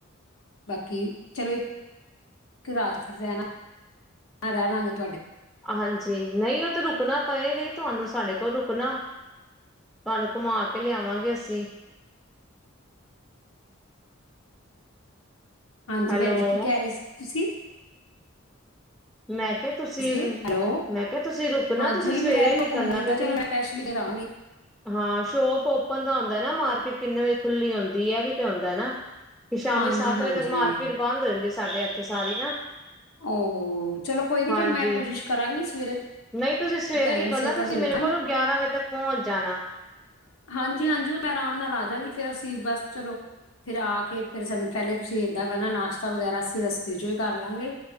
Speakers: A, on the left; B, in the centre.
A: ਬਾਕੀ ਚਲੋ ਇੱਕ ਇਕ ਰਾਤ ਫਿਰ ਰਹਿਣਾ। ਅ।
B: ਹਾਂਜੀ ਨਹੀਂ ਉਹ ਤਾਂ ਰੁਕਣਾ ਪਏ ਗ ਤੁਹਾਨੂੰ ਸਾਡੇ ਕੋਲ ਰੁਕਣਾ ਤੁਹਾਨੂੰ ਘੁਮਾ ਕੇ ਕਿੰਨੇ ਕ ਲਿਆਵਾਂਗੇ ਅਸੀਂ
A: ਹਾਂਜੀ
B: ਹੈਲੋ
A: ਭੈਣ ਜ ਕੀ ਕਹਿ ਰਹੇ ਤੁਸੀਂ
B: ਮੈਂ ਕਿਹਾ ਤੁਸੀਂ
A: ਸੀਗੇ ਹੈਲੋ
B: ਮੈਂ ਕਿਹਾ ਤੁਸੀਂ ਰੁਕਣਾ
A: ਹਾਂਜੀ
B: ਤੁਸੀਂ
A: ਉਹੀ
B: ਸਵੇਰੇ
A: ਮੈਂ ਕਹਿ ਰਹੀ
B: ਹੀ ਨਿਕਲਣਾ
A: ਲੋਕ ਘੁੰਮਾਂਗੀ
B: ਕਿਉਂਕਿ
A: ਤਾਂ ਚਲੋ ਸਪੈਸ਼ਲੀ ਕਰਾਂਗੀ
B: ਹਾਂ ਸ਼ੋਪ ਓਪਨ ਦਾ ਹ। ਹ ਨਾ ਮਾਰਕੀਟ ਕਿੰਨੇ ਵਜੇ ਖੁੱਲੀ ਹੁੰਦੀ ਹੈ ਵੀ ਤੇ ਹੁੰਂਦਾ ਨਾ। ਕਿ ਸ਼ਾਮੀ
A: ਹਾਂਜੀ
B: ਸੱਤ
A: ਹਾਂਜੀ
B: ਵਜੇ ਤੱਕ ਮਾਰਕੀਟ ਬੰਦ ਰਹਿੰਦੇ। ਸਾਡੇ ਇੱਥੇ ਸਾਰੀ ਨਾ
A: ਹੋ। ਚਲੋ ਕੋਈ ਨੀ
B: ਹਾਂਜੀ
A: ਫੇਿਰ ਮੈਂ ਕੋਸ਼ਿਸ਼ ਕਰਾਂਗੀ ਸਵੇਰੇ
B: ਨਹੀਂ ਤੁਸੀਂ ਸਵੇਰੇ
A: ਟਾਈਮ
B: ਨਿਕਲਣਾ
A: ਸੇ ਤੜਕੇ
B: ਤੁਸੀਂ
A: ਨਿਕਲਾਂਗੇ
B: ਮੇਰੇ ਕੋਲ ਗਿਆਰਾਂ ਵਜੇ ਤੱਕ ਪਹੁੰਚ ਜਾਣਾ।
A: ਹਾਂਜੀ ਹਾਂਜੀ ਉਹ ਮੈਂ ਆਰਾਮ ਨਾਲ ਆ ਜਾਂਵਾਂਗੀ ਫੇਰ ਅਸੀਂ ਬਸ ਚਲੋ ਫਿਰ ਆ ਕੇ ਫਿਰ ਸਾਨੂੰ ਪਹਿਲੇ ਤੁਸੀਂ ਏਦਾਂ ਕਰਨਾ ਨਾਸ਼ਤਾ ਵਗੈਰਾ ਅਸੀਂ ਰਸਤੇ ਚੋਂ ਹੀ ਕਰ ਲਾਂਗੇ।